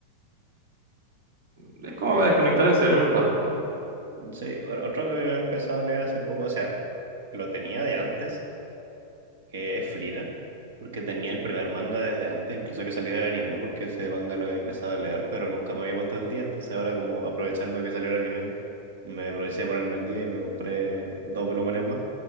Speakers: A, on the right; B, on the right.
A: Es como
B: Eh,
A: para desconectar el cerebro un rato, man.
B: sí, o- otro que me he empezado a leer hace poco, o sea, lo tenía de antes que es Frierer, porque tenía el primer manga desde antes, incluso que saliera el anime, porque ese manga lo he empezado a leer, pero nunca me había puesto al día, entonces ahora como aprovechando que salió el anime, me aproveché de ponerme al día y me compré dos volúmenes más,